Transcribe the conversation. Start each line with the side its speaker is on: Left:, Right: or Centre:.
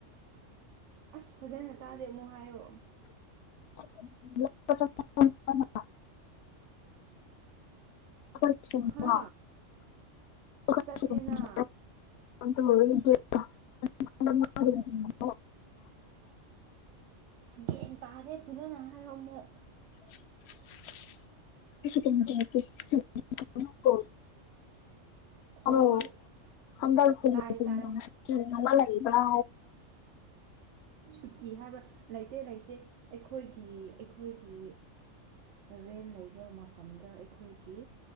Right: ꯑꯁ ꯐꯖꯅ ꯇꯥꯗꯦ ꯑꯃꯨꯛ ꯍꯥꯏꯌꯣ
Left: <inaudible> <inaudible>
Right: ꯍꯥ ꯆꯠꯁꯦꯅ
Left: <inaudible>
Right: ꯒꯌ꯭ꯥꯟ ꯇꯥꯥꯗꯦ ꯐꯖꯅ ꯍꯥꯏꯌꯣ ꯑꯃꯨꯛ
Left: <inaudible> <inaudible>
Right: ꯍꯣꯏ
Left: ꯑꯃꯣ ꯍꯗꯔ ꯐ ꯂꯩ
Right: ꯇꯥꯏ ꯇꯥꯏ
Left: ꯏꯕ꯭ꯔ
Right: ꯁꯨꯇꯤ ꯍꯥꯏꯕ꯭ꯔꯥ ꯂꯩꯇꯦ ꯂꯩꯇꯦ ꯑꯩꯈꯣꯏꯒꯤ ꯑꯩꯈꯣꯏꯒꯤ ꯔꯦꯟ ꯂꯩꯕ ꯃꯐꯝꯗ ꯑꯩꯈꯣꯏꯒꯤ